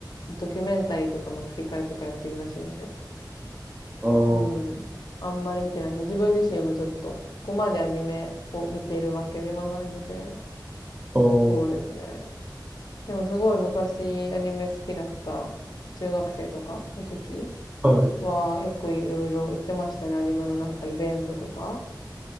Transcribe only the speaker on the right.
あー
あー、
は